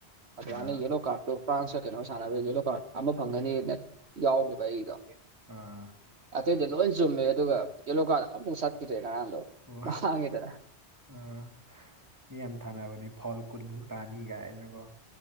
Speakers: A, on the right; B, on the right.
A: ꯑꯗꯨꯃꯥꯏꯅ
B: ꯑꯥ
A: ꯌꯦꯂꯣ ꯀꯥꯔꯠꯇꯣ ꯄ꯭ꯔꯥꯟꯁꯀ ꯀꯩꯅꯣ ꯁꯥꯟꯅꯕꯩ ꯌꯦꯂꯣ ꯀꯥꯔꯠ ꯑꯃ ꯐꯪꯒꯅꯤꯅ ꯌꯥꯎꯈꯤꯕ ꯑꯩꯗꯣ
B: ꯑꯥ
A: ꯑꯇꯩꯗꯤ ꯂꯣꯏ ꯆꯨꯝꯃꯦ ꯑꯗꯨꯒ ꯌꯦꯂꯣ ꯀꯥꯔꯗ ꯑꯃꯐꯨꯛ ꯁꯠꯈꯤꯗ꯭ꯔꯦ ꯉꯔꯡꯗꯣ
B: ꯑꯣ
A: ꯃꯥꯡꯉꯦꯗꯅ
B: ꯑꯥ ꯃꯤ ꯌꯥꯝ ꯊꯥꯅꯕꯅꯦ ꯐꯣꯜ ꯀꯨꯟꯃꯨꯛ ꯇꯥꯅꯤꯒꯥꯏꯗꯅꯀꯣ